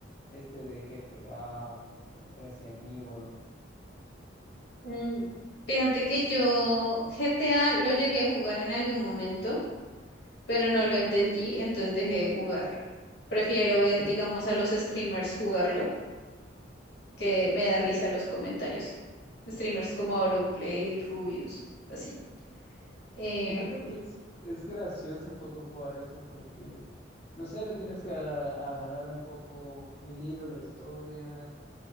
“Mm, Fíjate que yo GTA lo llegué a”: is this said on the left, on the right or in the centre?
Left